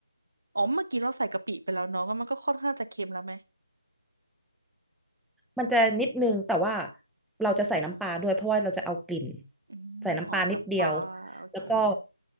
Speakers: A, on the right; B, in the centre.
A: อ๋อเมื่อกี้เราใส่กะปิไปแล้วเนาะก็มันก็ค่อนข้างจะเค็มแล้วไหม
B: มันจะนิดนึงแต่ว่าเราจะใส่น้ำปลาด้วยเพราะว่าเราจะเอากลิ่น
A: อืมหอมน้ำปลาโอเค
B: ใส่น้ำปลานิดเดียวแล้วก็